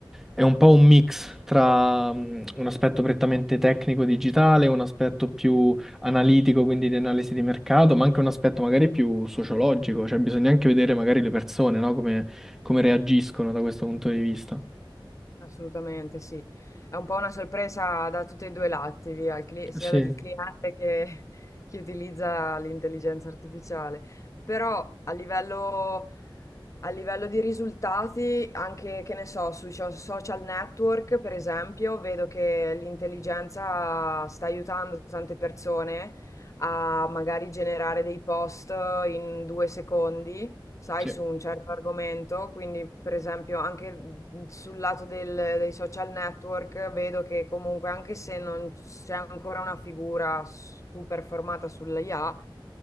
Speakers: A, in the centre; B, on the left.
A: è un po' un mix tra mh, un aspetto prettamente tecnico digitale, un aspetto più analitico, quindi di analisi di mercato, ma anche un aspetto magari più sociologico, cioè bisogna anche vedere magari le persone, no? Come, come reagiscono da questo punto di vista.
B: Assolutamente sì. È un po' una sorpresa da tutti e due i lati, via, il cli- sia
A: Sì,
B: dal cliente che chi utilizza l'intelligenza artificiale. Però a livello A livello di risultati, anche che ne so, sui so- social network, per esempio, vedo che l'intelligenza sta aiutando tante persone a magari generare dei post in due secondi, sai,
A: sì,
B: su un certo argomento. Quindi, per esempio, anche mhmm, sul lato del- dei social network, vedo che comunque, anche se non c'è ancora una figura super formata sull'IA,